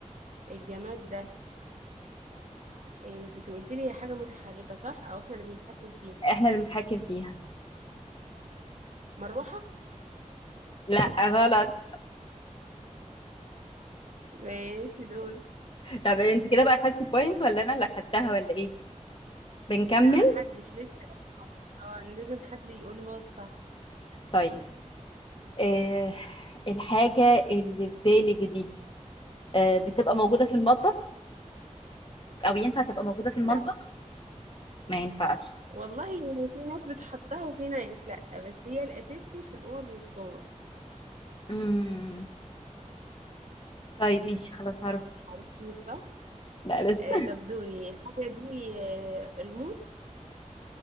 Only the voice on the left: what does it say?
احنا اللي بنتحكم فيها
لا غلط
طب انت كده بقى خدتي بوينت ولا انا اللي خدتها ولا ايه بنكمل
طيب آه الحاجة اللي في بالك دي آه بتبقى موجودة في المطبخ او ينفع تبقى موجودة في المطبخ
ما ينفعش
مم. طيب ماشي خلاص عرفت
لا لسه